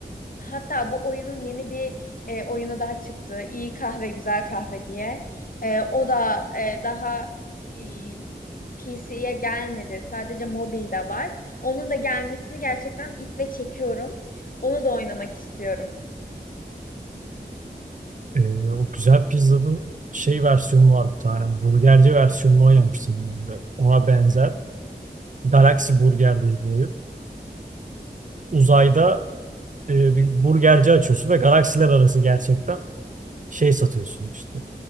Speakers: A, on the left (about 55°); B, on the right (about 50°).
A: Hatta bu oyunun yeni bir e, oyunu daha çıktı. İyi kahve güzel kahve diye. Ee, o da e, daha e, PC'ye gelmedi. Sadece mobilde var. Onun da gelmesini gerçekten iple çekiyorum. Onu da oynamak istiyorum.
B: E, o güzel pizzanın şey versiyonu var bir tane. Burgerci versiyonunu oynamıştım ben de. Ona benzer. Galaxy Burger diye bir oyun. Uzayda e, bir burgerci açıyorsun ve galaksiler arası gerçekten şey satıyorsun işte.